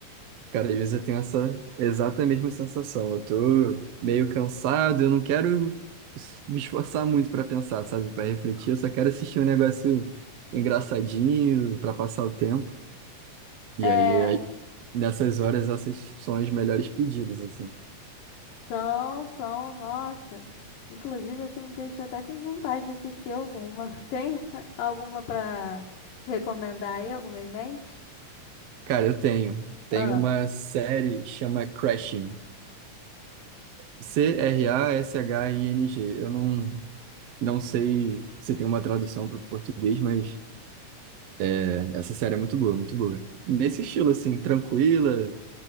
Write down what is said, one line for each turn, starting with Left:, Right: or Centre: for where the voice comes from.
Right: Cara, às vezes eu tenho essa exata mesma sensação. Eu tô meio cansado, eu não quero me esforçar muito pra pensar, sabe? Pra refletir, eu só quero assistir um negócio engraçadinho pra passar o tempo. E
Left: É.
Right: aí, aí, nessas horas, essas são as melhores pedidas, assim.
Left: São, são, nossa. Inclusive, você me deixou até com vontade de assistir alguma. <laughs> Tem alguma pra recomendar aí? Alguma em mente?
Right: Cara, eu tenho. Tem
Left: Ah,
Right: uma série chama Crashing. C-R-A-S-H-I-N-G. Eu não, Não sei se tem uma tradução para o português, mas é, essa série é muito boa, muito boa. Nesse estilo, assim, tranquila,